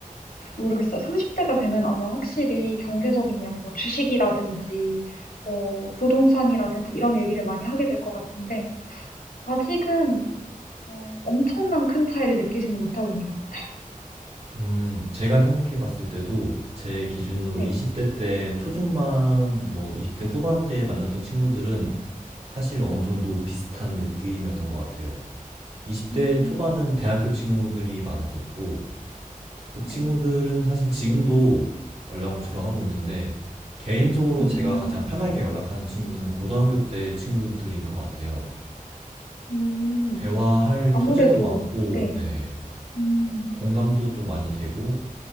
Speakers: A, on the left; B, on the right.
A: 모르겠어요. 30대가 되면 아마 확실히 경제적인 이야기, 뭐 주식이라든지, 뭐 부동산이라든지 이런 얘기를 많이 하게 될 것 같은데, 아직은 어, 엄청난 큰 차이를 느끼지는 못하고 있는 것 같아요.
B: 음, 제가 생각해 봤을 때도 제 기준으로
A: 네.
B: 20대 때 초중반, 뭐 20대 후반 때 만났던 친구들은 사실 어느 정도 비슷한 느낌이었던 것 같아요. 20대
A: 음,
B: 초반은 대학교 친구들이 많았었고, 그
A: 네.
B: 친구들은 사실 지금도 연락을 주로 하고 있는데, 개인적으로
A: 음,
B: 제가 가장 편하게 연락하는 친구는 고등학교 때 친구들인 것 같아요.
A: 음.
B: 대화할
A: 아무래도,
B: 소재도 많고,
A: 네.
B: 네,
A: 음,
B: 공감도 좀 많이 되고,